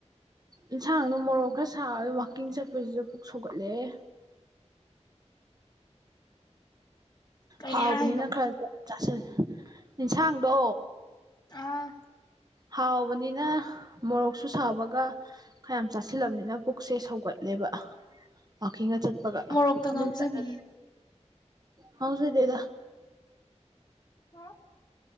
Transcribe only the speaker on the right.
ꯏꯟꯁꯥꯡꯗꯣ ꯃꯣꯔꯣꯛ ꯈꯔ ꯁꯥꯕ ꯋꯥꯛꯀꯤꯡ ꯆꯠꯄꯁꯤꯗ ꯄꯨꯛ ꯁꯧꯒꯠꯂꯑꯦ
ꯍꯥꯎꯕꯅꯤꯅ
ꯈꯔ ꯆꯥꯁꯜꯂꯦ ꯏꯟꯁꯥꯡꯗꯣ
ꯍꯥꯎꯕꯅꯤꯅ ꯃꯣꯔꯣꯛꯁꯨ ꯁꯥꯕꯒ ꯈꯌꯥꯝ ꯆꯥꯁꯤꯜꯂꯕꯅꯤꯅ ꯄꯨꯛꯁꯦ ꯁꯧꯒꯠ ꯂꯦꯕ ꯋꯥꯛꯀꯤꯡꯒ ꯆꯠꯄꯒ
ꯑꯗꯨꯝ
ꯆꯠꯂ ꯍꯥꯎꯖꯇꯦꯗ